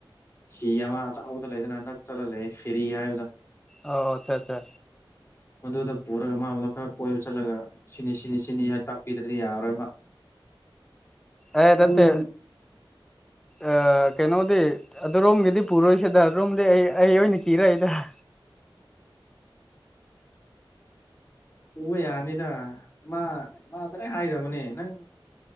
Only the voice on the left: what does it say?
ꯍꯤ ꯑꯃ ꯑ ꯆꯥꯎꯕꯗ ꯂꯩꯗꯅ ꯍꯟꯗꯛ ꯆꯠꯂ ꯂꯩꯦ ꯐꯦꯔꯤ ꯍꯥꯏꯕꯗ
ꯃꯗꯨꯗ ꯄꯨꯔꯒ ꯃꯥ ꯑꯗꯣ ꯈꯔ ꯀꯣꯏꯕ ꯆꯠꯂꯒ ꯁꯤꯅꯤ ꯁꯤꯅꯤ ꯁꯤꯅꯤ ꯍꯥꯏ ꯇꯥꯛꯄꯤꯗ꯭ꯔꯗꯤ ꯌꯥꯔꯣꯏ ꯃꯥ
ꯅꯪ
ꯁꯨꯕ ꯌꯥꯅꯤꯗ ꯃꯥ ꯃꯥ ꯇꯗꯥ ꯍꯥꯏꯗꯕꯅꯦ ꯅꯪ